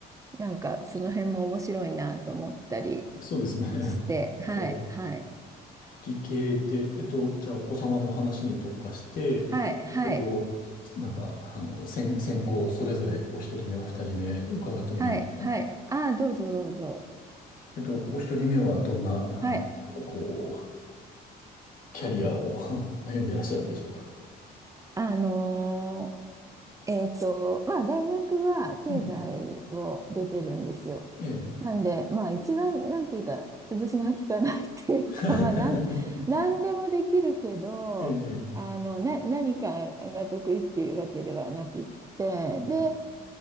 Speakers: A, on the right; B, on the left.
A: なんか、その辺も面白いなと思ったり
B: そうですね。<laughs>
A: して、はい、
B: ええ
A: はい、
B: 理系で、えっと、じゃあお子様の話に特化して、
A: はい、はい。
B: えっと、なんか、あの、先、先行それぞれお一人目、お二人目伺ってもいいですか
A: はい、はい。ああ、どうぞどうぞ。
B: えっと、お一人目はどんな、
A: はい。
B: あの、こう、キャリアを <laughs> 歩んでいらっしゃるんでしょうか
A: あのーえっと、まあ、大学は経済を出てるんですよ。
B: うん。ええ。
A: なんで、まあ、一番、なんていうか、潰しが効かないっていうか、
B: <laughs>
A: まあ、なん、なんでもできるけど、
B: ええ。
A: あの、な、何かが得意っていうわけではなくって、
B: うんうん
A: で、